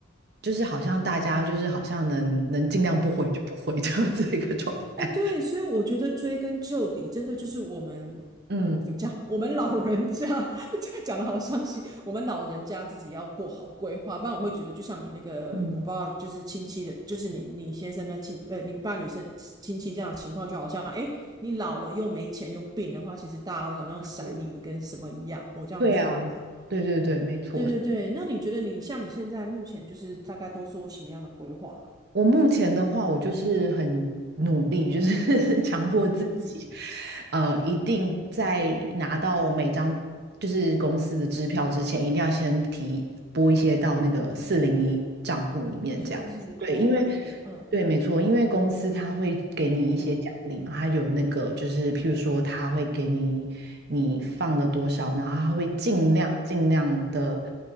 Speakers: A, on the right; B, on the right.
A: 就是好像大家就是好像能能尽量不回就不回的
B: 嗯。
A: <laughs> 这样子一个状态。
B: 哎，对，所以我觉得追根究底，真的就是我们哦怎么讲？
A: 嗯
B: 我们老人家 <laughs> 这讲的好伤心，我们老人家自己要过好规划，不然我会觉得，就像你那个，
A: 嗯，
B: 我不知道，就是亲戚的，就是你你先生的亲，呃，你伴侣是亲戚这样的情况，就好像哎，你老了又没钱又病的话，其实大家都好像闪你跟什么一样，
A: 我
B: 我这样觉得啦。
A: 对啊，对对对，没错。
B: 对对对，那你觉得你像你现在目前就是大概都做什么样的规划啊？
A: 我目前的话，我就是很努力，就是 <laughs> 强迫自己，
B: 嗯嗯嗯，
A: 呃，一定在拿到每张就是公司的支票之前，一定要先提拨一些到那个四零一账户里面，
B: 是是是
A: 这样。对，
B: f
A: 因为
B: o r one k 嗯
A: 对，没错，因为公司他会给你一些奖励嘛，
B: 嗯。
A: 他有那个就是，譬如说，他会给你你放了多少，然后他会尽量尽量的，
B: 嗯